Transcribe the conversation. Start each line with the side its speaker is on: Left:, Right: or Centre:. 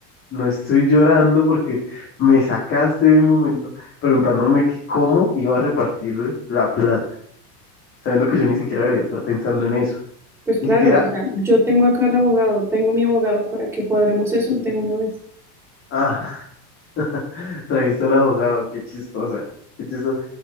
Left: no estoy llorando porque me sacaste de un momento preguntándome que cómo iba a repartirle la plata, sabiendo que yo ni siquiera debería estar pensando en eso.
Centre: Pues claro,
Left: Ni siquiera,
Centre: o sea, yo tengo acá al abogado, tengo mi abogado para que cuadremos eso de una vez.
Left: ah, <laughs> trajiste al abogado, qué chistosa, qué chistosa.